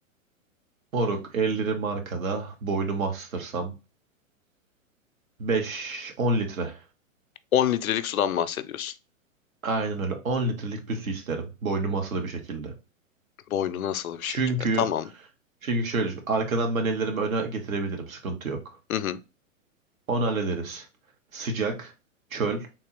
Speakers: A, on the right (about 80°); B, on the left (about 85°).
A: Moruk ellerim arkada boynumu astırsam 5-10 litre.
B: On litrelik sudan bahsediyorsun.
A: Aynen öyle 10 litrelik bir su isterim. Boynumu asılı bir şekilde.
B: Boynu nasıl bir şekilde?
A: Çünkü
B: Tamam.
A: çünkü şöyle düşün. Arkadan ben ellerimi öne getirebilirim. Sıkıntı yok.
B: Hı hı.
A: Onu hallederiz. Sıcak, çöl